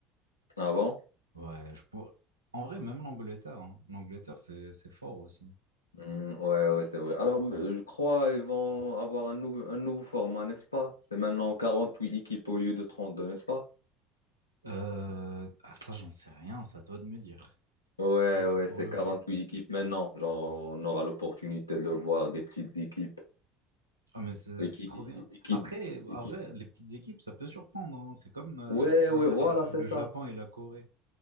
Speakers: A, on the left (about 85°); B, on the right (about 80°).
A: Ah bon?
B: Ouais, je pour- En vrai, même l'Angleterre, hein. L'Angleterre, c'est, c'est fort aussi.
A: Hmm, ouais, ouais, c'est vrai. Alors, euh, je crois qu'ils vont avoir un nouveau, un nouveau format, n'est-ce pas? C'est maintenant 48 équipes au lieu de trente deux n'est-ce pas?
B: Euh, ah, ça, j'en sais rien, c'est à toi de me dire.
A: Ouais,
B: Ça,
A: ouais,
B: pour
A: c'est
B: le
A: quarante
B: coup.
A: huit équipes maintenant. Genre, on aura l'opportunité de voir des petites équipes.
B: Ah, mais c'est
A: Et
B: c'est
A: qui,
B: trop bien.
A: et qui-
B: Après,
A: et
B: après,
A: qui-
B: les petites équipes, ça peut surprendre. hein. C'est comme euh,
A: Ouais,
B: l'année dernière,
A: ouais, voilà,
B: le,
A: c'est
B: le
A: ça.
B: Japon et la Corée.